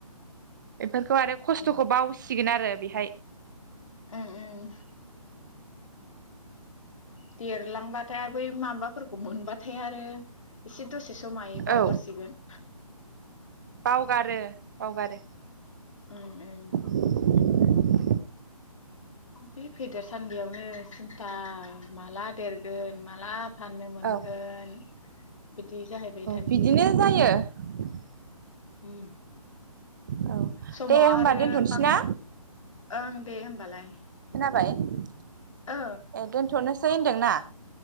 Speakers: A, on the right (about 30°); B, on the left (about 60°).
A: बेफोरखौ आरो खस्थखौ
B: उम
A: बावसिगोन आरो बेहाय
B: उम उम देरलांबाथाय बै माबाफोरखौ मोनबाथाय आरो एसे दसे समाय बावगारसिगोन
A: औ बावगारो बावगारो <inaudible>
B: ओं ओं बे फेदेर सान्दियावनो सिन्था माला देरगोन माला फाननो मोनगोन
A: औ
B: बिदि जाहैबाय थानोसै
A: बिदिनो <inaudible>
B: ओम
A: औ
B: समाव
A: दे
B: आरो
A: होमबा दोनथ'नोसै
B: बां
A: ना
B: ओं दे होमबालाय
A: बाय ए
B: ओ
A: दोनथनोसै सै होनदोंना?